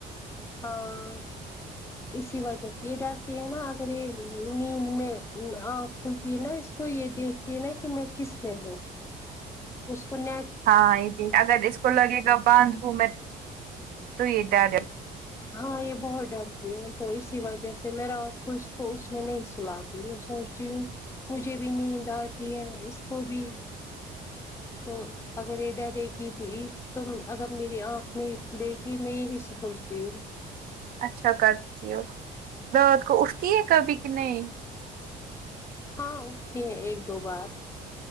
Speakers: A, on the left (about 15°); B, on the right (about 60°).
A: ہاں اسی وجہ سے یہ ڈرتی ہے نا اگر یہ نیند میں کھلتی نا اس کو یہ دیکھتی نا کہ میں کس میں ہوں اسپن
B: ہاں یہ د اگر اس کو لگے گا باندھ ہوں میں تو یہ ڈ د
A: ہاں یہ بہت ڈرتی ہے تو اسی وجہ سے میں رات کو اس کو اس میں نہیں سلاتی میں سوچ مجھے بھی نیند آتی ہے اس کو بھی تو اگر یہ ڈرے گی پ تو اگر میری آنکھ نہیں کھلے گی میں یہی سموچتی ہوں
B: اچھا کرتی ہو رات کو اٹھتی ہے کبھی کہ نہیں
A: ہاں اٹھتی ہے ایک دو بار